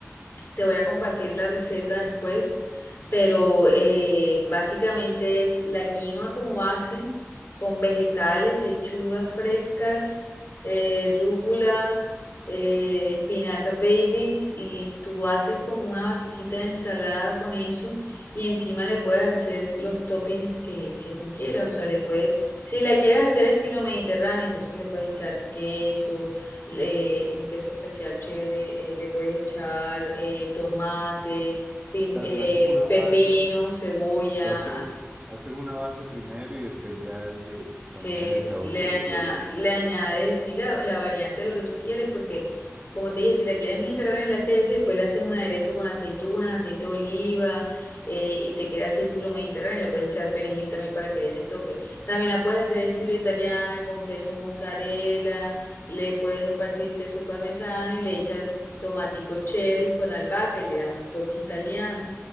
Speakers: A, on the left (about 50°); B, on the right (about 20°).
A: Te voy a compartir la receta después, pero eh, básicamente es la quinoa como base, con vegetales, lechugas frescas, eh, rúcula, eh, espinaca babies, y tú haces como una basecita de ensalada con eso, y encima le puedes hacer los toppings que, que tú quieras, o sea, le puedes, si la quieres hacer estilo mediterráneo, entonces le puedes echar queso le- un queso especial chévere, eh, le puedes echar eh, tomate, pim-
B: O sea,
A: eh,
B: tú haces una base,
A: pepino, cebolla,
B: tú haces
A: así.
B: un- haces una base primero y después ya le,
A: Sí,
B: le añades el sabor
A: le
B: que
A: aña-
B: tú quieras.
A: le añades sí, la, la variante de lo que tú quieres, porque como te dije, si la quieres mediterránea, le haces eso y después le haces un aderezo con aceitunas, aceite de oliva, eh, y te queda así estilo mediterráneo, le puedes echar perejil también para que dé ese toque. También la puedes hacer estilo italiana con queso mozzarella, le puedes esparcir queso parmesano y le echas tomaticos cherry con albahaca y le da un toque italiano.